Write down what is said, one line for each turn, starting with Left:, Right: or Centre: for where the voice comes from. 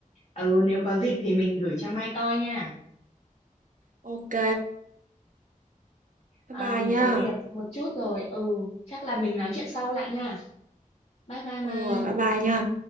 Left: ừ nếu có dịp thì mình gửi cho Mai coi nha
Right: Ok, bye
Left: à,
Right: bye
Left: mình
Right: nha.
Left: có việc một chút rồi ừ chắc là mình nói chuyện sau lại nha bye bye Mai
Right: Ừ, à, bye bye nha.